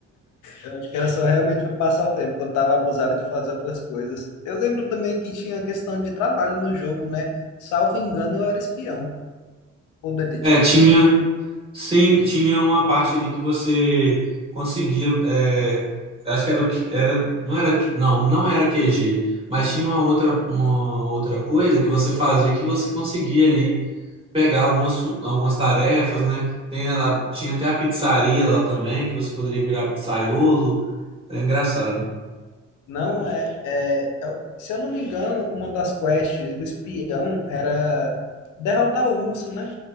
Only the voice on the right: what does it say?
É, tinha Sim, tinha uma parte ali que você conseguia. é, acho que era o que era, não era, que- não, não era QG, mas tinha uma outra, uma outra coisa que você fazia que você conseguia ali pegar algumas, fu- algumas tarefas, né? Tem ela, tinha até a pizzaria lá também, que você poderia virar pizzaiolo. Era engraçado.